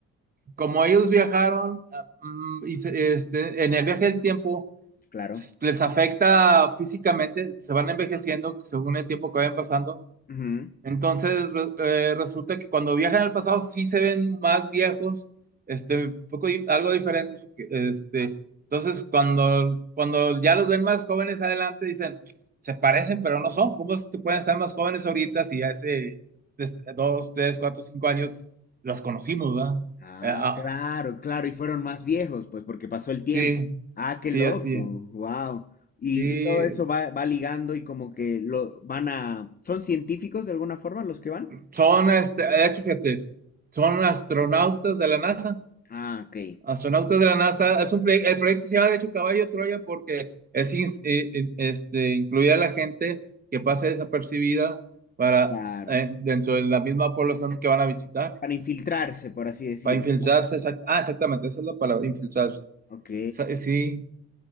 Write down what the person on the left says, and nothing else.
Claro.
Ujú.
Ah,
claro, claro. Y fueron más viejos, pues, porque pasó el tiempo.
Ah, qué
loco.
Wow. Y,
y todo eso va, va ligando y como que lo van a... ¿Son científicos de alguna forma los que van?
Ah, ok.
Claro.
Para infiltrarse, por así decirlo.
¿no?
Ok.